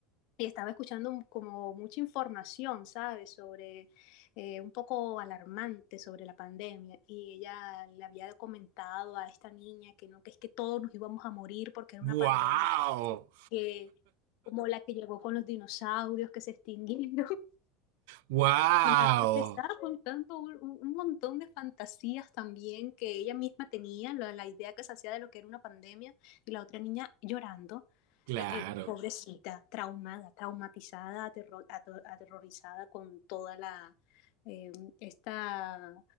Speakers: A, on the left; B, on the right.
A: y estaba escuchando como mucha información, ¿sabes? Sobre eh, un poco alarmante sobre la pandemia y ella le había comentado a esta niña que no, que es que todos nos íbamos a morir porque era
B: ¡Wow!
A: una pandemia que como la que llegó con los dinosaurios que se extinguieron
B: ¡Wow!
A: y la- le estaba contando un, un- un montón de fantasías también que ella misma tenía, la, la idea que se hacía de lo que era una pandemia, y la otra niña llorando,
B: Claro,
A: eh, eh, pobrecita, traumada, traumatizada, aterro- ato- aterrorizada con toda la, eh, esta,